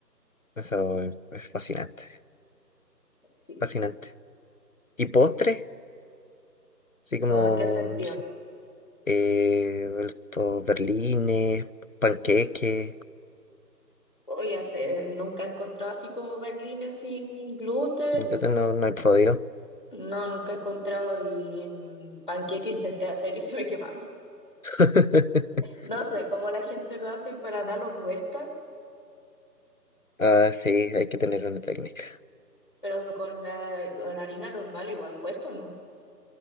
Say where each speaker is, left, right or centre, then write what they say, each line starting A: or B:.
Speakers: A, on the left; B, on the left.
A: Eso es es fascinante,
B: Sí,
A: fascinante. ¿Y postre? Así como,
B: como en qué sentido.
A: no sé, eh, estos berlines, panqueques.
B: Oye, hace- nunca he encontrado así como berlines sin gluten.
A: Sin gluten no, no he podido.
B: No, nunca he encontrado y mm, panqueque intenté hacer y se me quemaron.
A: <laughs>
B: No sé cómo la gente lo hace para darlos vueltas,
A: Ah, sí, hay que tener una técnica.
B: pero con la, con la harina normal igual cuesta, ¿no?